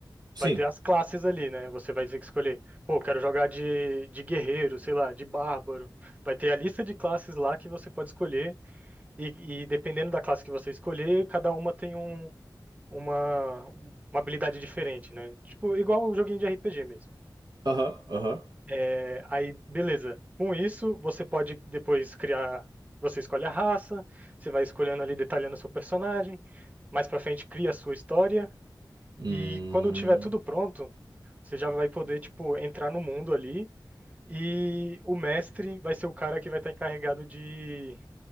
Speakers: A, on the right; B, on the right.
A: Sim.
B: Vai ter as classes ali, né? Você vai ter que escolher, pô, quero jogar de, de guerreiro, sei lá, de bárbaro. Vai ter a lista de classes lá que você pode escolher, e, e dependendo da classe que você escolher, cada uma tem um uma, uma habilidade diferente, né? Tipo, igual um joguinho de RPG mesmo.
A: Aham, aham.
B: É, aí, beleza. Com isso, você pode depois criar. Você escolhe a raça, você vai escolhendo ali, detalhando seu personagem. Mais pra frente, cria a sua história.
A: Hum.
B: E quando tiver tudo pronto, você já vai poder, tipo, entrar no mundo ali. E o mestre vai ser o cara que vai estar encarregado de